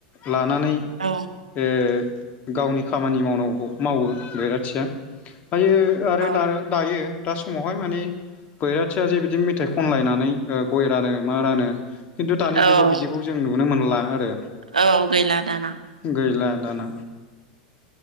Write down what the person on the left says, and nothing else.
लानानै बे
गावनि खामानि मावनांगौखौ मावो बैराथिया। फ्रायो आरो
दरो दायो दा समावहाय माने बैराथिया जे बिदि मेथाइ खनलायनानै गय रानो मा रानो खिन्थु दानि
जुगाव बिदिखौ जों नुनो मोनला आरो
गैला दाना